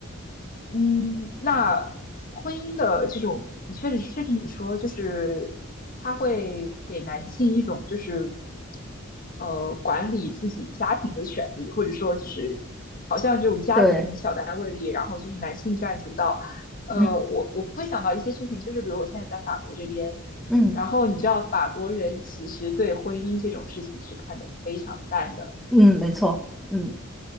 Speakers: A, on the left; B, in the centre.
A: 嗯，那婚姻的这种，你确实确实你说，就是它会给男性一种就是呃管理自己家庭的权利，或者说就是好像这种家庭小单位里，
B: 对，
A: 然后就是男性占主导。呃，
B: 嗯
A: 我我会想到一些事情，就是比如我现在在法国这边，
B: 嗯
A: 然后你知道法国人其实对婚姻这种事情是看得非常淡的。
B: 嗯，没错，嗯